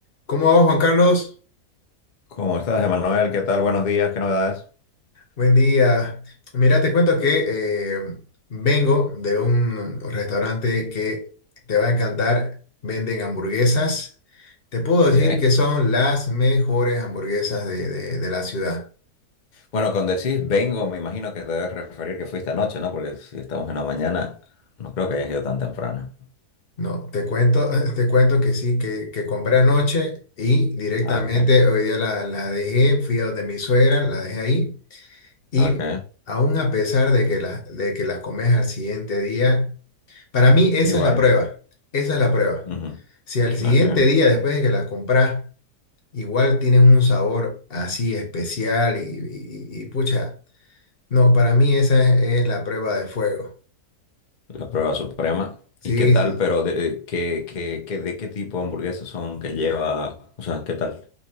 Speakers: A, on the left; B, on the left.
A: ¿Cómo va Juan Carlos?
B: ¿Cómo estás, Emanuel? ¿Qué tal? Buenos días, ¿qué novedades?
A: Buen día. Mira, te cuento que eh, vengo de un restaurante que te va a encantar. Venden hamburguesas. Te puedo
B: Ok.
A: decir que son las mejores hamburguesas de, de- de la ciudad.
B: Bueno, cuando decís vengo, me imagino que te debes referir que fuiste anoche, ¿no? Porque si estamos en la mañana, no creo que hayas ido tan temprano.
A: No, te cuento, <laughs> te cuento que sí, que, que compré anoche y directamente
B: Ah, Ok,
A: hoy día la, la dejé, fui a donde mi suegra, la dejé ahí y
B: ok.
A: aún a pesar de que, la- de que las comes al siguiente día. Para mí esa
B: Igual.
A: es la prueba, esa es la prueba.
B: ujú,
A: Si al siguiente
B: Ok.
A: día, después de que las compras, igual tienen un sabor así especial y, y- y- y pucha, no, para mí esa es, es la prueba de fuego.
B: La prueba suprema.
A: Sí,
B: ¿Y qué tal,
A: sí.
B: pero de eh, qué, qué, qué- de qué tipo de hamburguesas son que lleva? O sea, ¿qué tal?